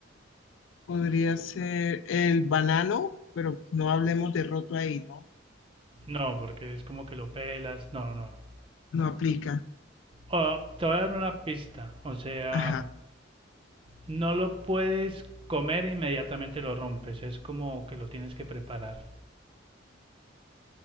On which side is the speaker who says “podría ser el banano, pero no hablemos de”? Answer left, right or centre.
Left